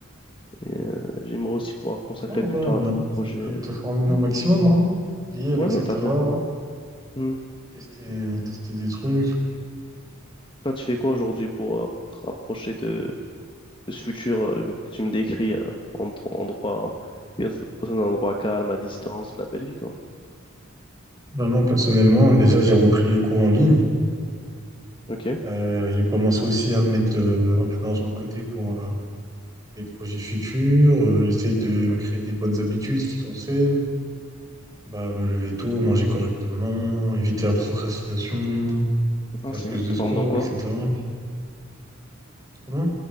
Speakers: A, on the left (about 25°); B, on the right (about 15°).
A: Et, euh, j'aimerais aussi pouvoir consacrer
B: Oh,
A: du
B: ouais,
A: temps
B: ouais, mais
A: à des
B: après, tu
A: projets.
B: peux quand même te former
A: Ouais,
B: au maximum, hein. Lire,
A: ouais
B: etc.
A: non, t'as rien. Ouais. Hmm.
B: Tester, tester des trucs.
A: Toi, tu fais quoi aujourd'hui pour, euh, pour te rapprocher de, de ce futur euh, que tu me décris euh, en ton endroit, bien dans un endroit calme, à distance, la belle vie, quoi.
B: Bah, moi, personnellement, déjà, j'ai repris les cours en ligne.
A: Ok.
B: Euh, j'ai commencé aussi à mettre euh, un peu d'argent de côté pour, euh, des projets futurs, euh, j'essaie de me créer des bonnes habitudes qui sont saines, bah, me lever tôt, manger correctement, éviter la procrastination,
A: Ah,
B: faire
A: c'est
B: plus
A: vrai, tu
B: de
A: te
B: sport,
A: formes dans quoi?
B: etc. Comment